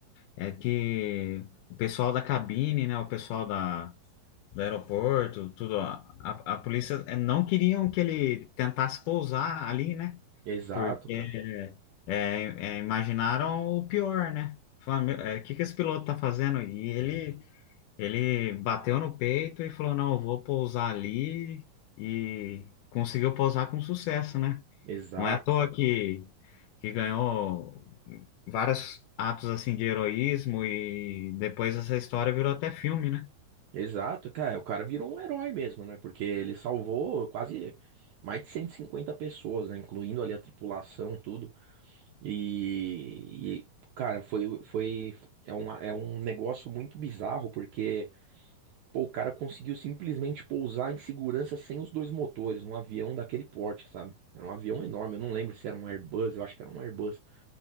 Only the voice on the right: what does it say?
exato,
cara.
Exato,
cara.
Exato, cara, o cara virou um herói mesmo, né? Porque ele salvou quase mais de 150 pessoas, né? Incluindo ali a tripulação, tudo. E, e, cara, foi, foi, é uma, é um negócio muito bizarro, porque, pô, o cara conseguiu simplesmente pousar em segurança sem os dois motores, num avião daquele porte, sabe? Era um avião enorme, eu não lembro se era um Airbus, eu acho que era um Airbus.